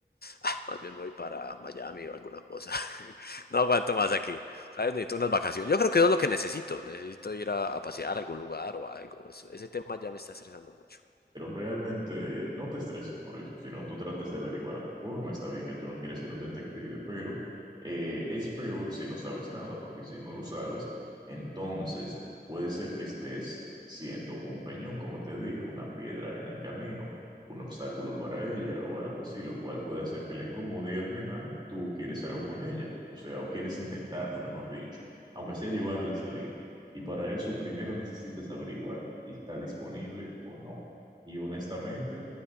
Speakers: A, on the left; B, on the right.
A: Ah, Más bien me voy para Miami o alguna cosa. <laughs> No aguanto más aquí. ¿Sabes? Necesito unas vacaciones. Yo creo que eso es lo que necesito. Necesito ir a, a pasear a algún lugar o algo. Eso- ese tema ya me está estresando mucho.
B: Pero realmente no te estreses por eso, sino tú trates de averiguar a tu forma. Está bien que tú no quieres ser un detective, pero eh, es peor si no sabes nada, porque si no lo sabes, entonces puede ser que estés siendo un peñón, como te dije, una piedra en el camino, un obstáculo para ella o algo así, lo cual puede hacer que la incomode y al final tú quieres algo con ella, o sea, o quieres intentarlo, mejor dicho, aunque sea llevarla a salir. Y para eso primero necesitas averiguar si está disponible o no. Y honestamente,